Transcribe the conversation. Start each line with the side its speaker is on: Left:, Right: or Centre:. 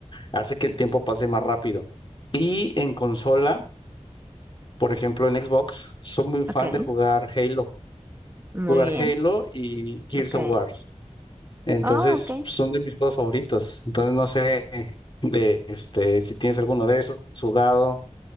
Left: Hace que el tiempo pase más rápido. Y en consola, por ejemplo en Xbox, soy muy fan
Right: ok,
Left: de jugar Halo.
Right: muy
Left: jugar
Right: bien,
Left: Halo y Gears
Right: ok.
Left: of War. Entonces,
Right: Oh, ok.
Left: son de mis juegos favoritos. Entonces, no sé, eh, este, si tienes alguno de esos jugado.